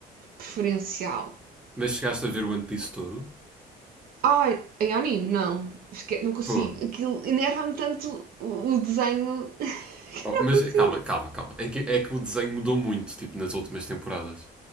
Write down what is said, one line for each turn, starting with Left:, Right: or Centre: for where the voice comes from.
Right: preferencial.
Centre: Mas chegaste a ver o One Piece todo?
Right: Ai, em anime, não. Esque- não consigo.
Centre: Pô.
Right: Aquilo enerva-me tanto o, o desenho <laughs> que
Centre: Oh,
Right: eu
Centre: mas
Right: não consigo.
Centre: calma, calma, calma. É que, é que o desenho mudou muito, tipo, nas últimas temporadas.